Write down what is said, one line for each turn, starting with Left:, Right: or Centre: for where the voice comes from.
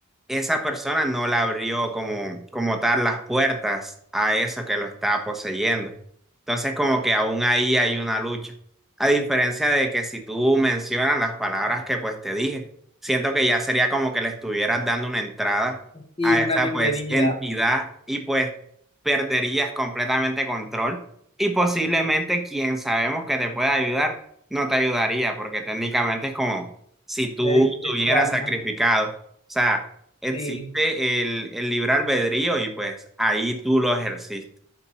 Centre: esa persona no le abrió como, como tal las puertas a eso que lo está poseyendo. Entonces, como que aún ahí hay una lucha. A diferencia de que si tú mencionas las palabras que pues te dije, siento que ya sería como que le estuvieras dando una entrada
Left: sí,
Centre: a
Left: una
Centre: esa
Left: bienvenida,
Centre: pues entidad y pues perderías completamente control y posiblemente quien sabemos que te puede ayudar no te ayudaría porque técnicamente es como si tú
Left: le diste
Centre: estuvieras
Left: tu alma.
Centre: sacrificado. O sea, existe
Left: Sí,
Centre: el, el libre albedrío y pues ahí tú lo ejerciste.